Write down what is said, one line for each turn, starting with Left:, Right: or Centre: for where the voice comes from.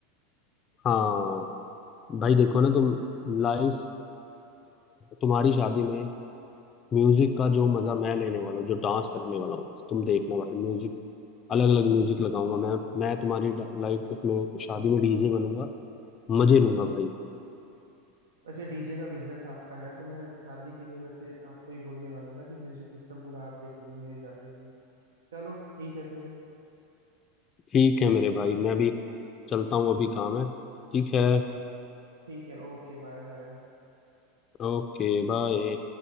Left: हाँ भाई देखो ना तुम लाइफ तुम्हारी शादी में म्यूजिक का जो मजा मैं लेने वाला हूँ जो डांस करने वाला हूँ बस तुम देखना भाई म्यूजिक अलग अलग म्यूजिक लगाऊंगा मैं मैं तुम्हारी लाइफ उसमें शादी में डीजे बनूंगा मजे लूंगा भाई
Right: वैसे डीजे का बिजनेस आपका है तो मैं शादी के लिए वैसे आपको ही बोलने वाला था कि म्यूजिक सिस्टम पूरा आप देखोगे मेरी शादी में चलो ठीक है फिर
Left: ठीक है मेरे भाई मैं भी चलता हूँ अभी काम है ठीक है
Right: ठीक है ओके बाय बाय
Left: Okay bye